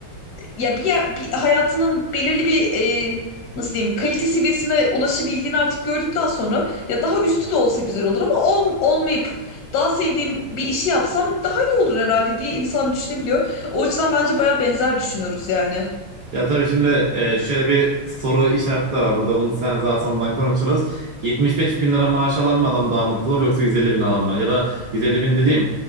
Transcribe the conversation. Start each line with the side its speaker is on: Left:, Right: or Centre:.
Left: ya bir, yer- bir hayatının belirli bir e, nasıl diyeyim kalite seviyesine ulaşabildiğini artık gördükten sonra ya daha üstü de olsa güzel olur ama ol, olmayıp daha sevdiğim bir işi yapsam daha iyi olur herhalde diye insan düşünebiliyor. O açıdan bence baya benzer düşünüyoruz yani.
Right: Ya tabii şimdi e, şöyle bir soru işareti de var burada. Bunu sen daha sonradan konuşuruz. 75 bin lira maaş alan mı adam daha mutlu olur yoksa 150 bin alan mı? Ya da 150 bin dediğim